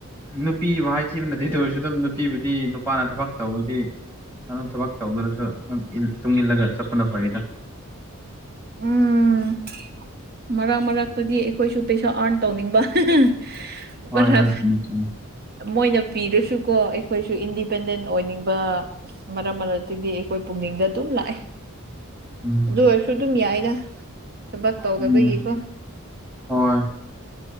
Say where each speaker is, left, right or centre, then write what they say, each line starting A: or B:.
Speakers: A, on the right; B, on the right.
A: ꯅꯨꯄꯤꯕꯨ ꯍꯥꯏꯊꯤꯕ ꯅꯠꯇꯦ ꯇ ꯑꯣꯏꯔꯁꯨ ꯑꯗꯨꯝ ꯅꯨꯄꯤꯕꯨꯗꯤ ꯅꯨꯄꯥꯅ ꯊꯕꯛ ꯇꯧꯋꯗꯤ ꯑꯗꯨꯝ ꯊꯕꯛ ꯇꯧꯗ꯭ꯔꯁꯨ ꯇꯨꯡ ꯏꯜꯂꯒ ꯆꯠꯄꯅ ꯐꯔꯏꯗ
B: ꯎꯝ ꯃꯔꯛ ꯃꯔꯛꯇꯗꯤ ꯑꯩꯈꯣꯏꯁꯨ ꯄꯩꯁꯥ ꯑꯥꯔꯟ ꯇꯧꯅꯤꯡꯕ ꯔꯕꯔ
A: ꯍꯣꯏ ꯍꯣꯏ ꯆꯨꯝꯃꯤ ꯆꯨꯝꯃꯤ
B: ꯃꯣꯏꯅ ꯄꯤꯔꯁꯨꯀꯣ ꯑꯩꯈꯣꯏꯁꯨ ꯏꯟꯗꯤꯄꯦꯟꯗꯦꯟ ꯑꯣꯏꯅꯤꯡꯕ ꯃꯔꯛ ꯃꯔꯛꯇꯗꯤ ꯑꯩꯈꯣꯏ ꯄꯨꯛꯅꯤꯡꯗ ꯑꯗꯨꯝ ꯂꯥꯛꯑꯦ
A: ꯎꯝ
B: ꯗꯨ ꯑꯣꯏꯔꯁꯨ ꯗꯨꯝ ꯌꯥꯏꯗ ꯊꯕꯛ ꯇꯧꯗꯕꯒꯤꯀꯣ
A: ꯎꯝ ꯍꯣꯏ